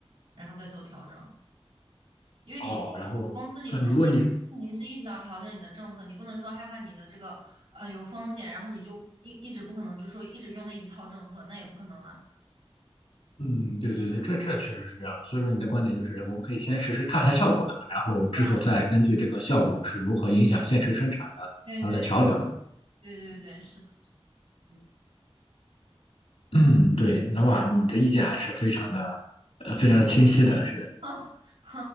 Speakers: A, on the right (about 75°); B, on the left (about 80°).
A: 然后再做调整。因为你你公司你不能你肯定是一直要调整你的政策，
B: 哦，然后呃，如果你
A: 你不能说害怕你的这个呃有风险，然后你就一一直不可能就说一直用那一套政策，那也不可能啊。
B: 嗯，对对对，这这确实是这样。所以说你的观点就是，我们可以先实时看一下效果，对吧？然后之后再根据这个效果是如何影响现实生产的，
A: 对啊，对对
B: 然后再调整。
A: 对对对，是的，是的
B: 嗯，对，那哇，你的意见还是非常的，呃，非常清晰的，是
A: 嗯，<laughs>